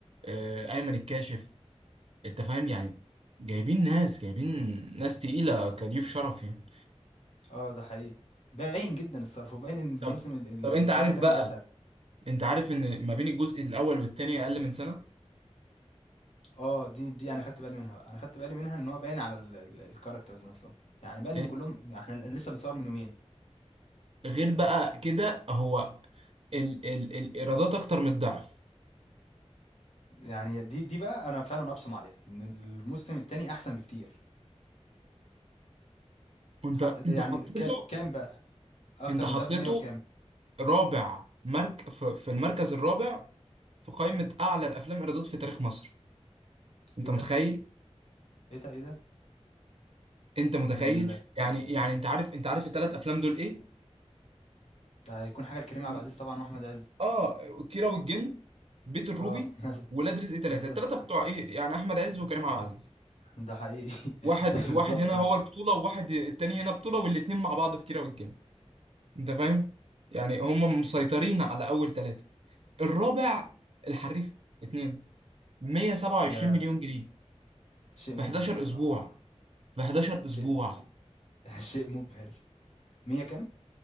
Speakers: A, on the right; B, on the left.
A: آه، ايمن الكاشف انت فاهم يعني جايبين ناس جايبين ناس تقيلة كضيوف شرف يعني
B: آه، ده حقيقي. باين جدًا الصرف، وباين إن الموسم
A: طب
B: ال ال
A: طب انت
B: الجزء
A: عارف
B: التاني
A: بقى
B: أتقل.
A: انت عارف ان ما بين الجزء الاول والتاني اقل من سنة
B: آه، دي دي أنا خدت بالي منها بقى، أنا خدت بالي منها إن هو باين على ال ال الcharacters نفسهم، يعني باين
A: إيه،
B: إن كلّهم إحنا لسه بنصور من يومين،
A: غير بقى كده هو ال ال الايرادات اكتر من الضعف
B: يعني دي دي بقى أنا فعلًا أبصم عليها، إن الموسم التاني أحسن بكتير،
A: وانت
B: حتى ده
A: انت
B: يعني
A: حطيته
B: ك كام بقى؟ أكتر
A: انت حطيته
B: من ده في 100 وكام؟
A: رابع مرك في في المركز الرابع في قائمة اعلى الافلام ايرادات في تاريخ مصر انت
B: إيه ده،
A: متخيل
B: إيه ده، إيه ده؟
A: انت متخيل
B: ال
A: يعني يعني انت عارف انت عارف الثلاث افلام دول ايه
B: ده هيكون حاجة لكريم
A: و-
B: عبد العزيز طبعًا وأحمد عز.
A: اه كيرة والجن بيت الروبي
B: آه، <laughs> مثلًا،
A: ولاد رزق ثلاثة
B: بالضبط،
A: الثلاثة بتوع ايه يعني احمد عز وكريم عبد العزيز
B: ده حقيقي،
A: واحد
B: <laughs>
A: واحد
B: بالضبط
A: هنا
B: أيوه،
A: هو البطولة وواحد التاني هنا بطولة والاتنين مع بعض في كيرة والجن انت فاهم يعني هم مسيطرين
B: ده
A: على اول ثلاثة الرابع الحريف اتنين 127
B: ده
A: مليون جنيه
B: شيء مبهر
A: في 11
B: بصراحة،
A: اسبوع في 11 اسبوع
B: شيء <laughs> شيء مبهر 100 كام؟